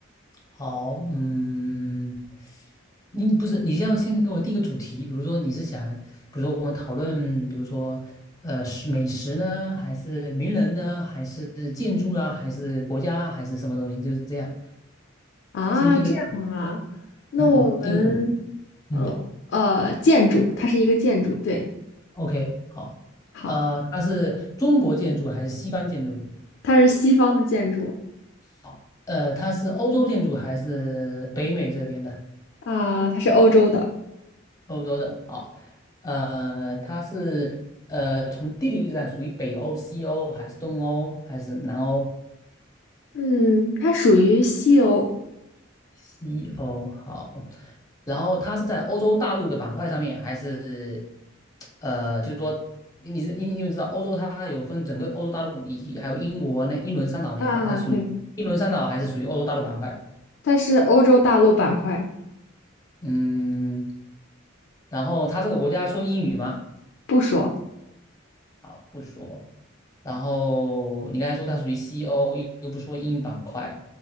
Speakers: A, on the left; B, on the left.
A: 好，嗯，你不是，你要先给我定一个主题，比如说你是想，比如说我们讨论，比如说，呃，是美食呢，还是名人呢，还是建筑啊，还是国家啊还是什么东西？就是这样，
B: 啊，
A: 先定个主
B: 这样啊，那我们
A: 嗯嗯，定个主题，嗯
B: 呃呃，建筑，它是一个建筑，对，
A: ，OK，好，
B: 好，
A: 呃，它是中国建筑还是西方建筑？
B: 它是西方的建筑
A: 好，呃，它是欧洲建筑还是北美这边的？
B: 啊，它是欧洲的，
A: 欧洲的，好，呃，它是呃，从地理位置上属于北欧、西欧还是东欧还是南欧？
B: 嗯，它属于西欧
A: 西欧好，然后它是在欧洲大陆的板块上面，还是呃，就是说你是因因为知道欧洲它有分整个欧洲大陆以及还有英国那英伦三岛那一块，
B: 啊，
A: 它属于英伦三岛还是属于欧洲大陆板块？
B: 对，它是欧洲大陆板块，
A: 嗯，然后它这个国家说英语吗？
B: 不说，
A: 好，不说。然后你刚才说它属于西欧，又又不说英语板块，